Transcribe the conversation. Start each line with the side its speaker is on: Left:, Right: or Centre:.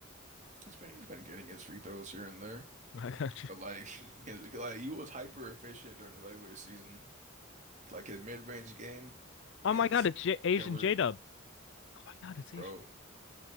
Right: He's been he's been getting his free throws here and there,
Left: <laughs> I got you.
Right: but like, <laughs> his- like he was hyper efficient during the regular season. Like his mid-range game
Left: Oh
Right: is
Left: my God, it's J Asian
Right: killer,
Left: J Dub. Oh my God, it's
Right: bro.
Left: Asian.